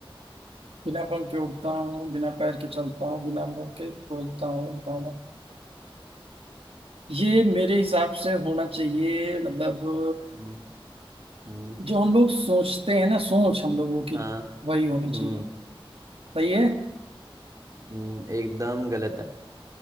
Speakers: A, on the right (about 80°); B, on the right (about 35°).
A: बिना पंख के उड़ता हूँ बिना पैर के चलता हूँ बिना मुंह के बोलता हूँ गाना। ये मेरे हिसाब से होना चाहिए मतलब
B: हम्म हम्म
A: जो हम लोग सोचते हैं ना सोच हम लोगों की
B: हाँ
A: वही होनी
B: हम्म
A: चाहिए सही है
B: हम्म एकदम गलत है